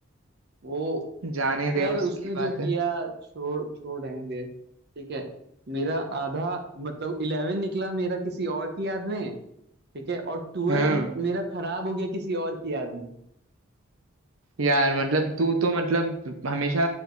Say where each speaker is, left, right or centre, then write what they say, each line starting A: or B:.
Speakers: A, on the right (about 55°); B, on the right (about 85°).
A: वो
B: जाने
A: खैर
B: दे
A: उसने
B: उसकी
A: जो
B: बात
A: किया
B: है
A: छोड़ छोड़ रहने दे ठीक है मेरा आधा मतलब इलेवन निकला मेरा किसी और की याद में ठीक है और ट्वेल्व
B: हाँ
A: मेरा खराब हो गया किसी और की याद में
B: यार मतलब तू तो मतलब हमेशा